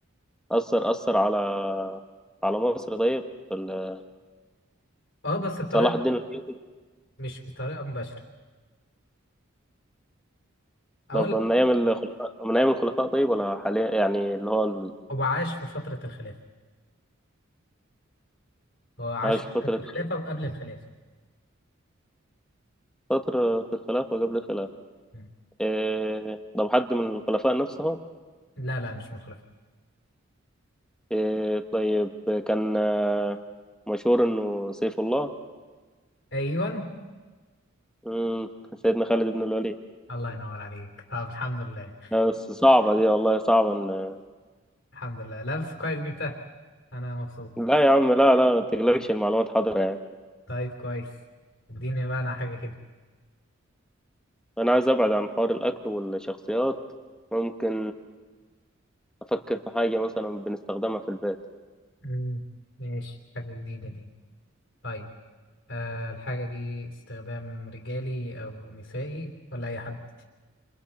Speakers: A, in the centre; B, on the left.
A: أثر أثر على على مصر طيب في ال-
B: اه بس بطريقة
A: صلاح الدين الأيوبي
B: مش بطريقة مباشرة أقول
A: طب
B: لك
A: من أيام الخلفاء من أيام الخلفاء طيب ولا حاليا يعني اللي هو ال-
B: هو عاش في فترة الخلافة هو عاش
A: عاش
B: في
A: فترة
B: فترة الخلافة وقبل الخلافة
A: فترة في الخلافة وقبل الخلافة
B: مم.
A: إيه طب حد من الخلفاء نفسهم
B: لا لا مش من الخلافة
A: إيه طيب كان آه، مشهور إنه سيف الله
B: أيوة
A: مم، سيدنا خالد بن الوليد
B: الله ينور عليك طب الحمد لله
A: بس صعبة دي والله صعبة إن
B: الحمد لله لابس كويس جبتها أنا مبسوط
A: لا يا عم لا لا ما تقلقش المعلومات حاضرة يعني
B: طيب كويس اديني بقى انا حاجة كده
A: أنا عايز أبعد عن حوار الأكل والشخصيات ممكن أفكر في حاجة مثلا بنستخدمها في البيت
B: مم. ماشي حاجة جديدة دي طيب آه الحاجة دي استخدام رجالي أو نسائي ولا أي حد